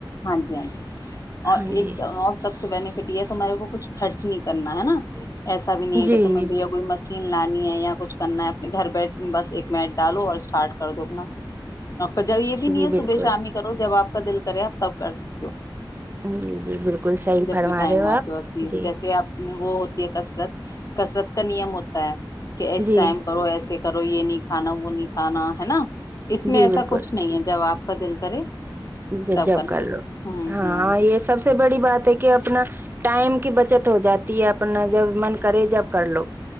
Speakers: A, on the left; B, on the right.
A: ہاں جی ہاں جی اور
B: ہاں جی
A: ایک اور سب سے بف پٹییا تو میرے کو کچھ خرچ نہیں کرنا ہے نا ایسا بھی نہیں ہے
B: جی
A: کہ تمہیں
B: جی
A: بھیا کوئی مشین لانی ہے یا کچ کچھ کرنا ہے اپنے گھر بیٹھ بس ایک میٹ ڈالو اور اسٹارٹ کر دو اپنا جب یہ بھی نہیں
B: جی
A: ہے
B: بالکل
A: صبح شام ہی کرو جب آپ بدل کریا تب کر سکتی ہو
B: جی جی بالکل صحی
A: جب
B: فرما
A: بھی ٹائم
B: رہے ہو آپ
A: کے وقت
B: جی
A: جیسے آپ وہ ہوتی ہے کسرت کسرت کا نیم ہوتا ہے کہ اس
B: جی
A: ٹائم کرو ایسے کرو یہ نہیں کھانا وہ نہیں کھانا ہے نا اس میں
B: جی
A: ایسا
B: بالکل
A: کچھ نہیں ہے جب آپ کا دل کرے
B: <unintelligible>
A: تب
B: کر لو
A: ہوں
B: ہاں
A: ہوں
B: یہ سب سب سے بڑی بات ہے کہ اپنا ٹائم کی بچت ہو جاتی ہے اپنا جب من کرے جب کر لو